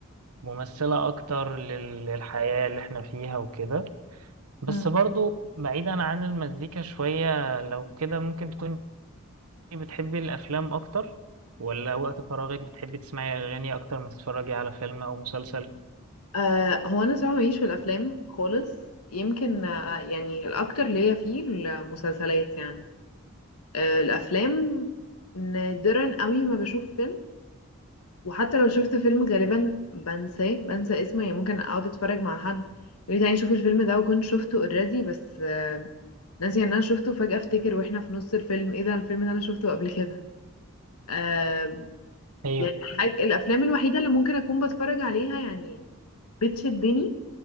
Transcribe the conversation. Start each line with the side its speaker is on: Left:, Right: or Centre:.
Right: ممثله اكتر لل- للحياه اللي احنا فيها وكده بس
Left: مم.
Right: برضو بعيدا عن المزيكا شويه لو كده ممكن تكوني بتحبي الافلام اكتر ولا وقت فراغك بتحبي تسمعي اغاني اكتر ما تتفرجي على فيلم او مسلسل
Left: آه هو انا صراحة ماليش في الافلام خالص يمكن آه يعني الاكتر ليا فيه المسلسلات يعني آه الافلام نادرا قوي ما بشوف وحتى لو شفت فيلم غالبا بنساه بنسى اسمه يعني ممكن اقعد اتفرج مع حد يقول لي تعالي نشوف الفيلم ده وكنت شفته اوريدي بس آه، ناسي ان انا شفته فجأة افتكر واحنا في نص الفيلم ايه ده الفيلم ده انا شفته قبل كده آه
Right: ايوه
Left: يعني الحاج- الافلام الوحيدة اللي ممكن اكون بتفرج عليها يعني بتشدني